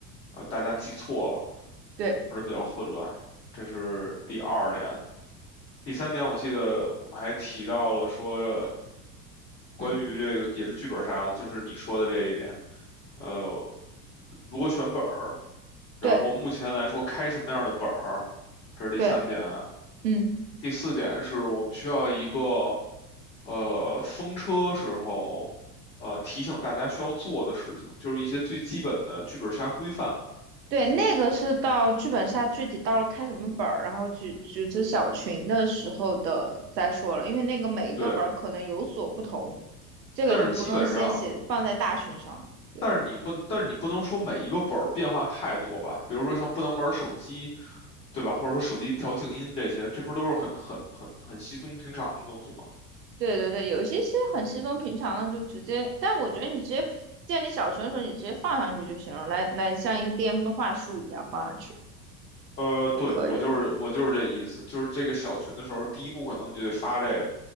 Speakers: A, on the left (about 25°); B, on the right (about 75°).
A: 呃，大家记错了
B: 对，
A: 或者比较混乱。这是第二点。第三点，我记得我们还提到了说，关于这个也是剧本杀的，
B: 嗯，
A: 就是你说的这一点。呃，如果选本儿。然后目前来说，
B: 对
A: 开什么样的本儿，这是第三点。
B: 对，嗯，
A: 第四点是我们需要一个，呃，风车时候，呃，提醒大家需要做的事情，就是一些最基本的剧本杀规范。
B: 对，那个是到剧本杀具体到了开什么本儿，然后组组织小群的时候的再说了，因为那个每一个本儿可能有所不同，
A: 对，
B: 这个就不用先写放在大群上了对。
A: 但是基本上，但是你不，但是你不能说每一个本儿变化太多吧？比如说像不能玩手机，对吧？或者说手机调静音这些，这不都是很很很很稀松平常的东西吗？
B: 对对对，有些是很稀松平常的，就直接。但我觉得你直接建立小程的时候，你直接放上去就行了，来来像一个 DM 的话术一样放上去
A: 呃，
B: 就可以了。
A: 对，我就是我就是这意思，就是这个小群的时候，第一步可能你就得发这个，